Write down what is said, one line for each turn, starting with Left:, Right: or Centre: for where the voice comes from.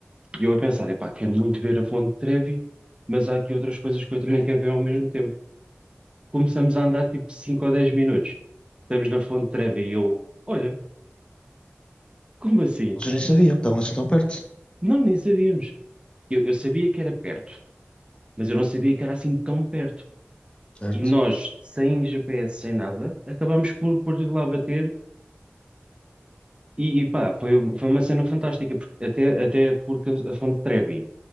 Right: e eu a pensar, epá, quero muito ver a Fonte de Trevi, mas há aqui outras coisas que eu também quero ver ao mesmo tempo. Começamos a andar tipo 5 ou 10 minutos. Estamos na Fonte de Trevi e eu, olha, como assim?
Left: Vocês nem sabiam, estavam assim tão perto,
Right: Não, nem sabíamos. Eu, eu sabia que era perto, mas eu não sabia que era assim tão perto.
Left: certo?
Right: E nós, sem GPS, sem nada, acabámos por, por ir lá bater e, e pá, foi, foi uma cena fantástica, porque, até, até porque a Fonte Trevi